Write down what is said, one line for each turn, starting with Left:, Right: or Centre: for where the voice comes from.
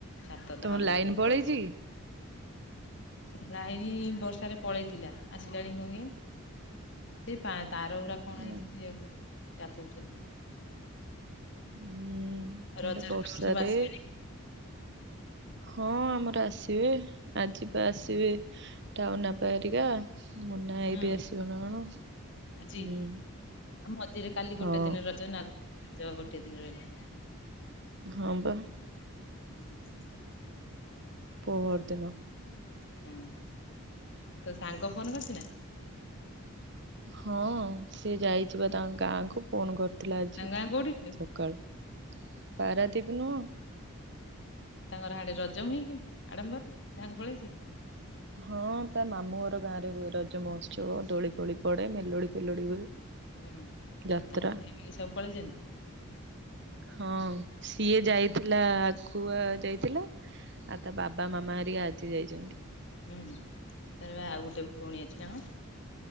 Left: ଛାତ
Right: ତମର
Left: ଧାରୁ
Right: ଲାଇନ
Left: ଖାଲି
Right: ପଳେଇଛି
Left: ପଳଉଚି।
Right: କି?
Left: ଲାଇନନି ବର୍ଷାରେ ପଳେଇଥିଲା। ଆସିଲାଣି କଁ କେଇଆନି। ସେଇ ପା ତାର ଗୁଡା କଣ
Right: ନା
Left: ହେଇଛି ସେଆକୁ <unintelligible>
Right: ହୁଁ
Left: ରଜରେ
Right: ଏଆଡେ ବର୍ଷାରେ।
Left: ତମର ସବୁ ଆସିବେନି?
Right: ହଁ ଆମର ଆସିବେ। ଆଜି ପା ଆସିବେ।
Left: ହୁଁ।
Right: ଟାଉନ୍ ବାପା ହେରିକା।
Left: ଆଜି
Right: ମୁନା ଭାଇ
Left: ହୁଁ
Right: ବି ଆସିବ ନା କଣ।
Left: ଆଜି
Right: ହୁଁ
Left: ମଝିରେ କାଲି
Right: ହଁ
Left: ଗୋଟେ ଦିନ ର ଜ <unintelligible> ରଜ ଆଉ ଗୋଟେ ଦିନ୍ ରହିଲା।
Right: ହଁ ବା।
Left: <unintelligible>
Right: ପହର
Left: ହଁ ହୁଁ!
Right: ଦିନ
Left: ତୋ ସାଙ୍ଗ ଫୋନ୍ କରୁଚି ନା?
Right: ହଁ! ସିଏ ଯାଇଚି ପା ତାଙ୍କ୍ ଗାଁକୁ। ଫୋନ୍ କରିଥିଲା ଆଜି
Left: ତାଙ୍କ ଗାଁ କୋଉଠି କି?
Right: ସକାଳେ। ପାରାଦିପ୍ ନୁହଁ?
Left: ତାଙ୍କର ହାଡେ ରଜ ହୁଏ କି? ଆଡମ୍ବରରେ ଗାଁକୁ ପଳେଇଚି।
Right: ହଁ ତା ମାମୁଁ ଘର ଗାଁ ରେ ହୁଏ ରଜ ମହୋତ୍ସବ ଦୋଳି ଫୋଳି ପଡେ ମେଲୋଡି ଫେଲୋଡି ହୁଏ।
Left: ହୁଁ
Right: ଯାତ୍ରା
Left: ତାଙ୍କ ଫ୍ୟାମିଲି ସବୁ ପଳେଇଚନ୍ତି?
Right: ହଁ ସିଏ ଯାଇଥିଲା କୁଆ ଯାଇ ଥିଲା ଆଉ ତା ବାବା ମାମା ହେରିକା ଆଜି ଯାଇଛନ୍ତି।
Left: ହୁଁ ତାର ବା ଆଉ ଗୋଟେ ଭଉଣୀ ଅଛି ନା କଂ।